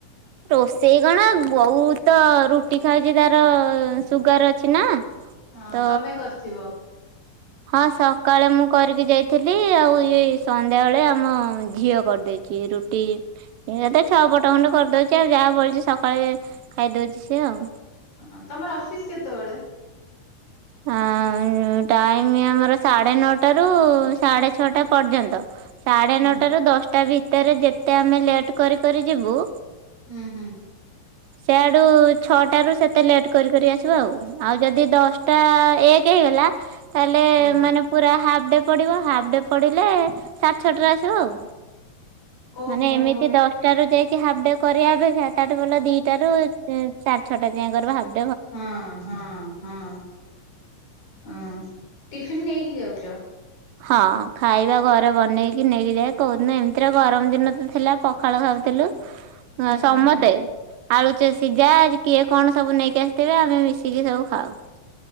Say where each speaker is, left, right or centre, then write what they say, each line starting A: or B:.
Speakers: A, on the right; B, on the left.
A: ରୋଷେଇ କଣ ବୋଉତ ରୁଟି ଖାଉଚି ତାର ସୁଗାର ଅଛି ନା।
B: ହଁ
A: ତ
B: ତମେ କରିଥିବ
A: ହଁ ସକାଳେ ମୁଁ କରିକି ଯାଇଥିଲି। ଆଉ ଏଇ ସନ୍ଧ୍ୟା ବେଳେ ଆମ ଝିଅ କରିଦେଇଚି ରୁ ଟି କେତେ ଛଅ ପଟ ଖଣ୍ଡେ କରିଦୋଉଚି ଆଉ ଯାହା ବଳୁଚି ସକାଳେ ଖାଇଦୋଉଚି ସିଏ ଆଉ।
B: ହଁ ତମର ଅଫିସ କେତେବେଳେ?
A: ଆ ଟାଇମ୍ ଆମର ସାଢେ ନଅଟାରୁ ସାଢେ ଛଅଟା ପର୍ଯ୍ୟନ୍ତ। ସାଢେ
B: ହୁଁ
A: ନଅଟାରୁ ଦଶଟା ଭିତରେ ଯେତେ ଆମେ ଲେଟ୍ କରି କରି ଯିବୁ।
B: ଉଁ ହୁଁ।
A: ସିଆଡୁ ଛଅଟାରୁ ସେତେ ଲେଟ୍ କରିି କରି ଆସିବୁ ଆଉ। ଆଉ ଯଦି ଦଶ ଟା ଏକ ହେଇଗଲା ତାହେଲେ
B: ହୁଁ
A: ମାନେ ପୁରା ହାପ୍ ଡେ ପଡିବ ହାପ୍ ଡେ ପଡିଲେ ସାଢେ ଛଅଟାରେ ଆସିବୁ ଆଉ
B: ଓହୋ।
A: ମାନେ ଏମିତି ଦଶ ଟ ରାରୁ ଯାଇକି ହାଫ୍ ଡେ କରିବା ଅପେକ୍ଷା ତାଠୁ ଭଲ ଦିଇଟା ରୁ ସାଢେ ଛଅଟା ଯାଏଁ କରିବ ହାପ୍
B: ହଁ ହଁ ହଁ ହଁ ଟିଫିିନ୍ ନେଇକି ଯାଉଚ?
A: ହଁ ଖାଇବା ଘରେ ବନେଇକି ନେଇକି ଯାଏ। କୋଉଦିନ ଏମିତିରେ ଗରମ ଦିନ ତ ଥିଲା ପଖାଳ ଖାଉଥିଲୁ।
B: <inaudible>
A: ହଁ ସମତେ
B: ହୁଁ
A: ଆଳୁ ଚ ସିଝା ଆଜି କିଏ କଣ ସବୁ ନେଇକି ଆସିଥିବେ। ଆମେ ମିଶିକି ସବୁ ଖାଉ।